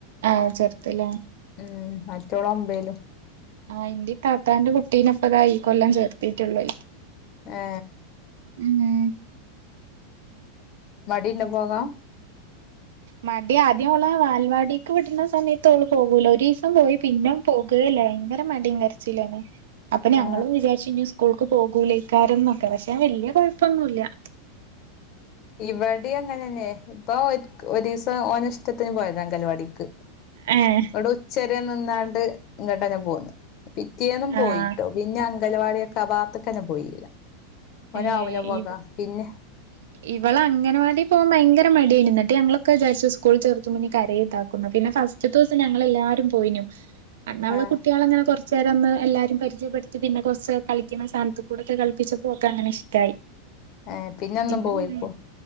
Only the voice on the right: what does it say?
ആ ചേർത്തില്ല <unintelligible>
ആ ഇന്റെ ഇക്കാക്കാന്റെ കുട്ടീനെ ഇപ്പ ഇതാ ഈ കൊല്ലം ചേർത്തിട്ടുള്ളൂ
<unintelligible> <unintelligible>
മടി ആദ്യം അവള് വാൽവാടിക്ക് വിടുന്ന സമയത്ത് ഓള് പോകൂലാ ഒരീസം പോയി പിന്നെ പോകൂല്ലാ ഭയങ്കര മടിയ കരച്ചിലും ആണേ അപ്പൊ ഞങ്ങളും
വിചാരിച് ഇനി സ്കൂൾ പോകൂലെ ഇക്കാര്യം ഒക്കെ റെ - വല്യ കൊഴപ്പൊന്നൂല്ല്യ
ഏഹ്
ആഹ്
ഏഹ്
ഇവ്
ഇവള് അംഗനവാടിയിൽ പോകാൻ ഭയങ്കര മടിയാരുന്നു എന്നിട്ട് ഞങ്ങളൊക്കെ വിചാരിച്ചു സ്കൂൾ ചേർത്ത് മുന്നെ കരഞ്ഞു ഇതാക്കുന്നു, പിന്നെ ഫസ്റ്റത്തെ ദിവസം ഞങ്ങളെല്ലാരും പോയീനു. അന്നവിടെ
കുട്ടികൾ അങ്ങനെ കു ചേരന്ന് എല്ലാരും പരിചയപ്പെടുത്തി പിന്നെ കൊറച്ച് കളിക്കണ സാനത്ത് കൂടൊക്കെ കളിപ്പിച്ചു. ഓക്കു അങ്ങനെ ഇഷ്ടായി.
പിന്നെ
ഉം